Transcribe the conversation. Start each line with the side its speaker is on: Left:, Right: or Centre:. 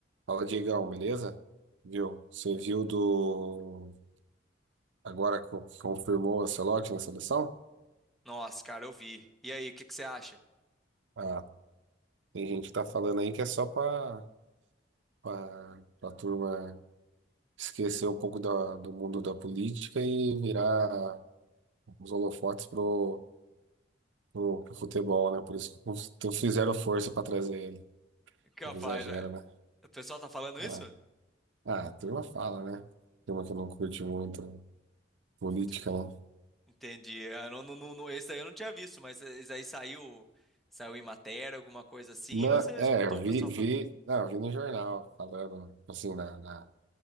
Right: Fala, Diegão, beleza? Viu? Você viu do. Agora co- que confirmou o Ancelotti na seleção?
Centre: Nossa, cara, eu vi. E aí, o que que você acha?
Right: Ah, tem gente que tá falando aí que é só pra, pra, pra turma esquecer um pouco da, do mundo da política e virar os holofotes pro, pro, pro futebol, né? Por isso que cons- então fizeram força pra trazer ele. Um
Centre: Capaz,
Right: pouco exagero,
Centre: velho.
Right: né?
Centre: O pessoal tá falando
Right: Ah,
Centre: isso? Eu
Right: ah, a turma fala, né? Turma que não curte muito política,
Centre: falei, tipo,
Right: né?
Centre: Entendi. Ah, não, não, não, não- esse daí eu não tinha visto, mas esse aí saiu, saiu em matéria, alguma coisa assim,
Right: Na,
Centre: ou você
Right: é,
Centre: escutou
Right: eu vi,
Centre: o pessoal
Right: vi,
Centre: falando?
Right: não, eu vi no jornal falando, assim, na, na,